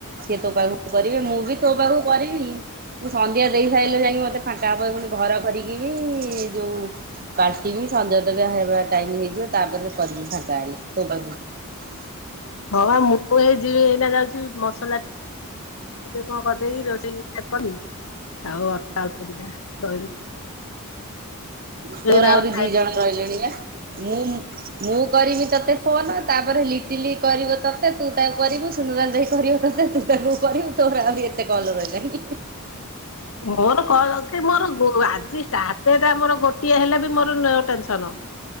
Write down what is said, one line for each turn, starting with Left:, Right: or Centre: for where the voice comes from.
Right: ସିଏ ତ ପାଇ। କରିବି ମୁଁ ବି ତୋ ପାଖକୁ କରିବି ମୁଁ ସନ୍ଧ୍ୟା। ଦେଇ ସାରିଲେ ଯାଇକି ମତେ ଫାଙ୍କା ପୁ ଘର କରିକି ବି ଯୋଉ ପାାର୍ଟି ବି ସଞ୍ଜୟ ଦବ ହେବା ଟାଇ ହେଇଯିବ ତାପରେ କରିବି ଫାଙ୍କା ହେଲେ ତୋ ପାଖ। <inaudible>
Left: ହଁ ମୁଁ ଏଇ ଯିବି ଏଇନା ଯାଉଛି ମସଲା ଟେ କଣ କରିଦେଇକି ରୋଷେଇ ଖ କରାରୁନୁ। ଆଉ ଅର୍ଟା ଅଳ୍ପ ଦଟା ରହିଲ।
Right: ତ ରାଓରି
Left: ତାଙ୍କର ଖାଇବେ
Right: ଦି ଜଣ କରାଇ ଲେଣି ଆ। ରୋମ୍। ମୁଁ କରିବି ତତେ। କୋନ ତାପରେ ଲିଟିଲି କରିବ ତତେ ତୁ ତାକୁ କରିବୁ ସୁନ୍ଦବାର ଦାଇ କରିବ ତତେ ତୁ ତାକୁ କରିବୁ ତୋର ଆହୁରି ଏତେ କଲ ରହିଲାନି।
Left: ମୋର କଣ ଅଛି ମୋର। ଆ ଆଜି ଷ୍ଟଟଟା ମୋର ଗୋଟିଏ ହେଲେ ବି ମୋର ଟେନସନ।